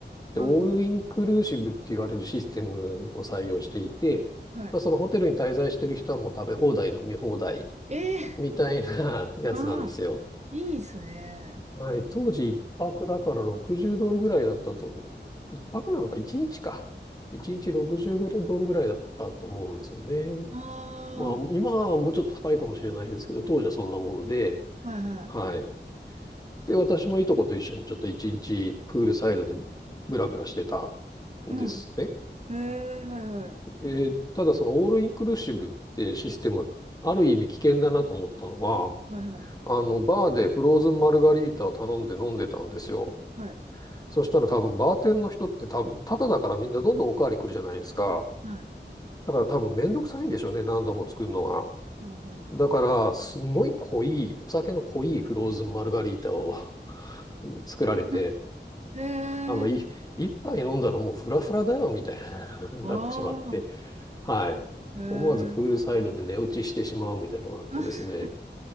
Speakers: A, on the left; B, on the right.
A: で、
B: あ
A: オールインクルーシブって言われるシステムを採用していて、
B: は
A: まあ、そのホテルに滞在してる人はもう食べ放題、飲み放題
B: い。
A: みたいなやつなんですよ。
B: ええーああ、いいですね。
A: はい、当時一泊だから60ドルぐらいだったと思う。一泊なのか、一日か。一日60ドルぐらいだったと思うんですよね。
B: あ
A: まあ、今はもうちょっと高いかもしれないですけど、当時はそんなもんで、
B: あ、はいは
A: はい。で、私もいとこと一緒にちょっと一日プールサイドでブラブラしてた
B: い。
A: んですね。
B: うん。へえ、はいはい。
A: で、ただそのオールインクルーシブってシステム、ある意味危険だなと思ったのは、
B: はいはい。
A: あの、バーでフローズンマルガリータを頼んで飲んでたんですよ。
B: はい。
A: そしたら多分バーテンの人って多分、タダだからみんなどんどんおかわり来るじゃないですか。
B: はい。
A: だから多分めんどくさいんでしょうね、何度も作るのが。
B: あは
A: だから、すごい濃い、お酒の濃いフローズンマルガリータを <laughs> 作られて、
B: あ。<laughs> へえ、
A: あの、い、一杯飲んだらもうフラフラだよ、みたいな <laughs> になってしまって、
B: ああ、
A: はい。
B: へえ、
A: 思わずプールサイドで寝落ちしてしまうみたいなのがあってですね。
B: あ、